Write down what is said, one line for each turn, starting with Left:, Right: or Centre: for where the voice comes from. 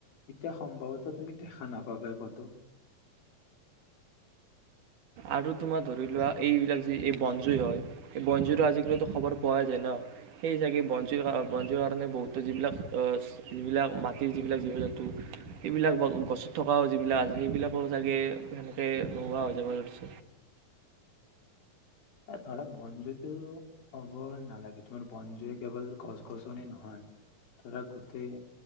Left: এতিয়া সম্ভৱতঃ তুমি দেখা নাপাবাই কতো
Right: আৰু তোমাৰ ধৰি লোৱা এইবিলাক যি এই বনজুই হয় এই বনজুইটো আজিকালিতো খবৰ পোৱাই যায় ন সেই চাগে বনজু বনজুই কাৰণে বহুতো যিবিলাক যিবিলাক মাটিৰ যিবিলাক জীৱ জন্তু সেইবিলাক গছত থকাও যিবিলাক আছে সেইবিলাকো চাগে সে নোহোৱা হয় জীৱ জন্তু
Left: ধৰা বনজুইটো ক'বই নালাগে তোমাৰ বনজুয়ে কেৱল গছ গছনি নহয় ধৰা গোটেই